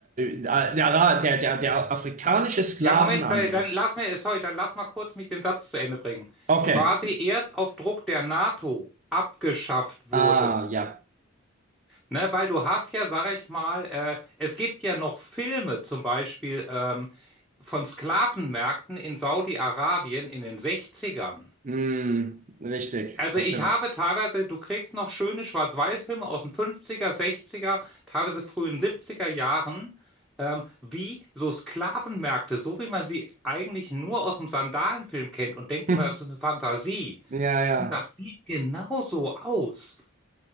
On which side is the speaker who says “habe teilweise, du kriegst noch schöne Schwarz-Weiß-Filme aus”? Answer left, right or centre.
Centre